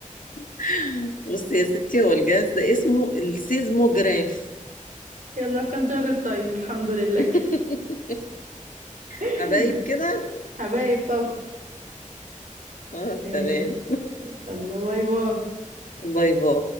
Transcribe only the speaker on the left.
<laughs> بصي يا ستي هو الجهاز ده اسمه السيزموجراف
<laughs>
حبايب كده
اه
تمام
باي باي